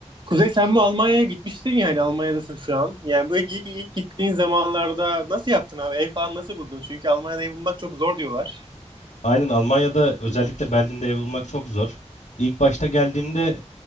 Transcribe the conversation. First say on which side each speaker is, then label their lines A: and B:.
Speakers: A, on the right; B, on the left.
A: Kuzey sen bu Almanya'ya gitmiştin ya hani Almanya'dasın şu an. Yani bu ilk, ilk, ilk gittiğin zamanlarda nasıl yaptın abi? Ev falan nasıl buldun? Çünkü Almanya'da ev bulmak çok zor diyorlar.
B: Aynen Almanya'da özellikle Berlin'de ev bulmak çok zor. İlk başta geldiğimde